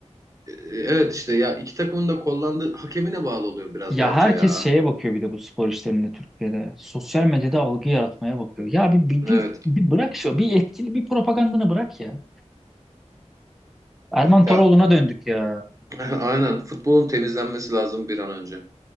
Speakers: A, on the right; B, in the centre.
A: e, evet işte ya iki takımın da kullandığı hakemine bağlı oluyor biraz
B: Ya
A: bence
B: herkes
A: ya.
B: şeye bakıyor bir de bu spor işlerinde Türkiye'de. Sosyal medyada algı yaratmaya bakıyor. Ya bir, bir,
A: Evet.
B: bir, bir bırak şu. Bir etkili bir propagandanı bırak ya. Erman Toroğlu'na
A: Ya
B: döndük ya.
A: <laughs> aynen futbolun temizlenmesi lazım bir an önce.